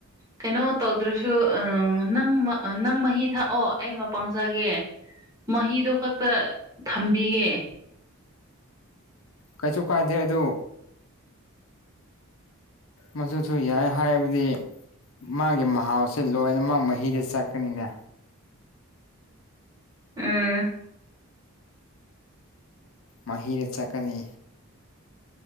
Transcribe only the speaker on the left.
ꯀꯩꯁꯨ ꯀꯥꯏꯗꯦ ꯑ ꯑꯗꯨ ꯃꯆꯨꯁꯨ ꯌꯥꯏ ꯍꯥꯏꯕꯗꯤ ꯃꯥꯒꯤ ꯃꯍꯥꯎꯁꯦ ꯂꯣꯏꯅꯃꯛ ꯃꯍꯤꯗ ꯆꯠꯀꯅꯤꯅꯦ
ꯃꯍꯤꯗ ꯆꯠꯀꯅꯤ